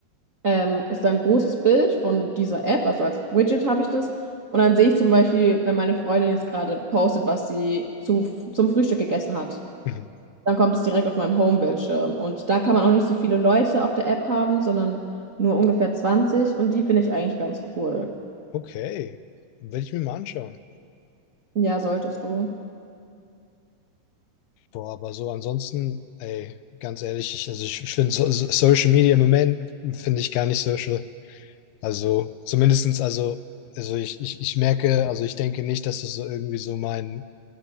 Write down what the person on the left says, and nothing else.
Mhm.
Okay. Werde ich mir mal anschauen.
Boah, aber so ansonsten, ey, ganz ehrlich, ich, also ich, ich finde so, so- Social Media im Moment finde ich gar nicht social. Also zumindestens, also, also ich, ich, ich merke, also ich denke nicht, dass das so irgendwie so mein